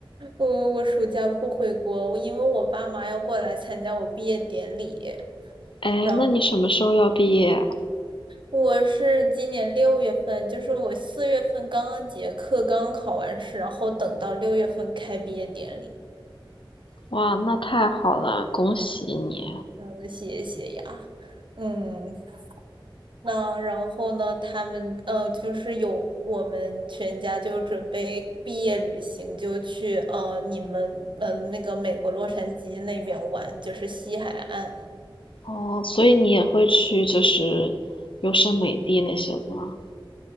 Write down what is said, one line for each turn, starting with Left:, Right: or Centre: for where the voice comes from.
Right: 我我暑假不回国，我因为我爸妈要过来参加我毕业典礼，
Left: 哎，
Right: 然后
Left: 那你什么时候要毕业啊？
Right: 我是今年六月份，就是我四月份刚刚结课，刚刚考完试，然后等到六月份开毕业典礼，
Left: 哇，那太好了，恭喜你！
Right: 嗯，谢谢呀，嗯，那然后呢，他们呃就是有我们全家就准备毕业旅行，就去呃你们呃那个美国洛杉矶那边玩，就是西海岸，
Left: 哦，所以你也会去就是优胜美地那些的吗？